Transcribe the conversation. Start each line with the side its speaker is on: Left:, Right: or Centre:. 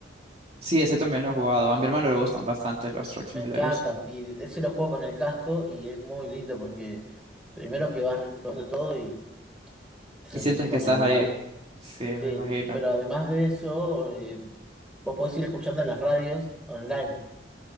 Right: Sí, ese también lo he jugado. A mi hermano le gustan bastante los Truck Simulators.
Centre: Me encanta. Y ese lo juego con el casco y es muy lindo porque primero que vas recorriendo todo y te sentís
Right: Y sientes
Centre: como
Right: que
Centre: en
Right: estás
Centre: el lugar.
Right: ahí. Sí,
Centre: Sí,
Right: me imagino.
Centre: pero además de eso, eh, vos podés ir escuchando las radios online.